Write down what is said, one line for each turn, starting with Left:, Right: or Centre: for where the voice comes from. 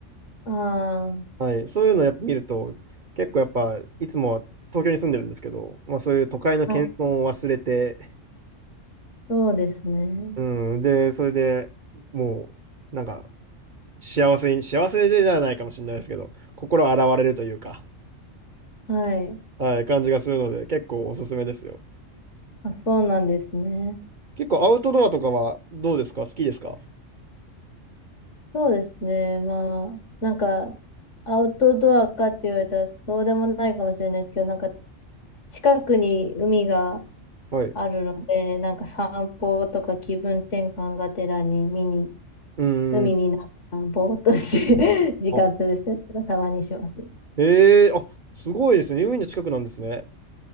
Left: あ
Right: はい、そういうのをやっぱ見ると、結構やっぱいつもは東京に住んでるんですけど、まあ、そういう都会の喧騒を忘れて、
Left: あ。そうですね。
Right: うん、で、それでもう、なんか、幸せに、幸せでじゃないかもしれないですけど、心洗われるというか、
Left: はい。
Right: はい、感じがするので、結構おすすめですよ。
Left: あ、そうなんですね。
Right: 結構アウトドアとかはどうですか好きですか
Left: そうですね。まあ、なんか、アウトドアかって言われたらそうでもないかもしれないですけど、なんか、近くに海が
Right: はい。
Left: あるので、なんか散歩とか気分転換がてらに見に、
Right: うん。
Left: 海見ながら、ぼーっとし <laughs> て時間潰したりとかたまにします。
Right: あ、へえ、あ、すごいですね。海の近くなんですね。